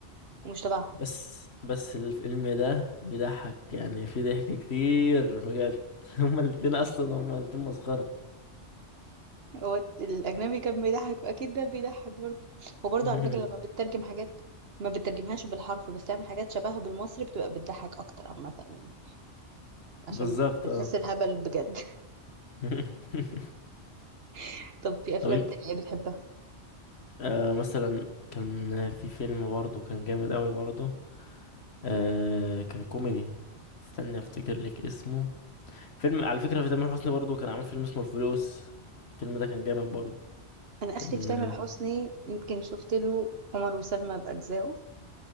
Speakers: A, on the right; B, on the left.
A: ومش تبعهم
B: بس بس الفيلم ده بيضحك يعني في ضحك كتير بجد <laughs> هما الاتنين اصلا هما الاتنين مسخرة
A: هو الأجنبي كان بيضحك أكيد ده بيضحك برضه وبرضه
B: <laughs>
A: على فكرة لما بتترجم حاجات ما بتترجمهاش بالحرف بس تعمل حاجات شبهها بالمصري بتبقى بتضحك أكتر عامة يعني عشان
B: بالظبط
A: بتحس
B: اه
A: الهبل بجد
B: <laughs>
A: <laughs> طب في أفلام
B: طب انت
A: تانية إيه بتحبها؟
B: آه مثلا كان في فيلم برضه كان جامد قوي برضه آه كان كوميدي استنى افتكر لك اسمه فيلم على فكرة في تامر حسني برضه كان عامل فيلم اسمه الفلوس الفيلم ده كان جامد برضه
A: أنا
B: كان
A: آخري في تامر
B: آه،
A: حسني يمكن شفت له عمر وسلمى بأجزائه